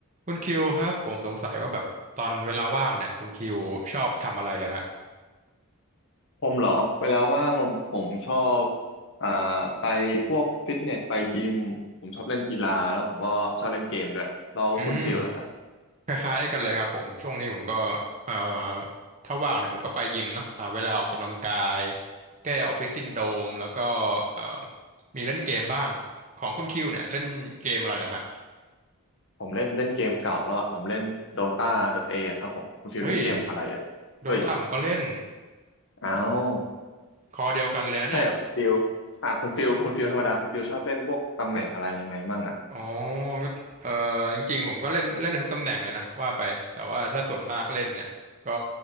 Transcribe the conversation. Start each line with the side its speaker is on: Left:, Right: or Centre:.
Right: คุณคิวครับผมสงสัยว่าแบบตอนเวลาว่างเนี่ยคุณคิวชอบทำอะไรเลยฮะ
Left: ผมเหรอเวลาว่างผมชอบอ่าไปพวกฟิตเนสไปยิมผมชอบเล่นกีฬาแล้วผมก็ชอบเล่นเกมด้วยแล้วคุณฟิลล่ะครับ
Right: อืมคล้ายๆกันเลยครับผมช่วงนี้ผมก็เอ่อถ้าว่างเนี่ยผมก็ไปยิมเนาะหาเวลาออกกำลังกายแก้ออฟฟิศซินโดรมแล้วก็เอ่อมีเล่นเกมบ้างของคุณคิวเนี่ยเล่นเกมอะไรเหรอฮะ
Left: ผมเล่นเล่นเกมเก่าแล้วอ่ะผมเล่นโดตาดเอครับผมคุณฟิลเล่นเกมอะไรอ่ะเฮ้ย
Right: เฮ้ยโดตาผมก็เล่น
Left: อ้าว
Right: คอเดียวกันเลยนะเนี่ย
Left: ใช่เหรอคุณฟิลอ่าคุณฟิลคุณฟิลธรรมดาคุณฟิลชอบเล่นพวกตำแหน่งอะไรยังไงมั่งอ่ะ
Right: ใช่ อ๋อก็เออจริงๆผมก็เล่นเล่นได้ทุกตำแหน่งเลยนะว่าไป แต่ว่าถ้าส่วนมากเล่นเนี่ย ก็